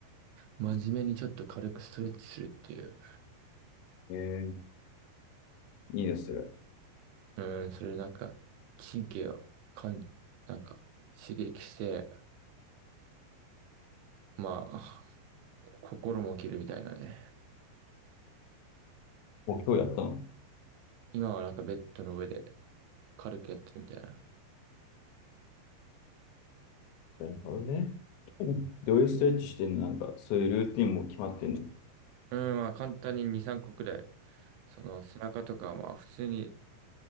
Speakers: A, on the right; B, on the left.
A: 真面目にちょっと軽くストレッチするっていう。
B: えー、いいですそれ。
A: うん、それなんか、神経をかん、なんか、刺激して、まあ、心も起きるみたいなね。
B: もう今日やったの。
A: 今はなんかベッドの上で軽くやってるみたいな。
B: なるほどね。どういうストレッチしてんのなんか、そういうルーティンも決まってんの
A: うん、まあ簡単に2、3個くらい。その背中とか、まあ普通に、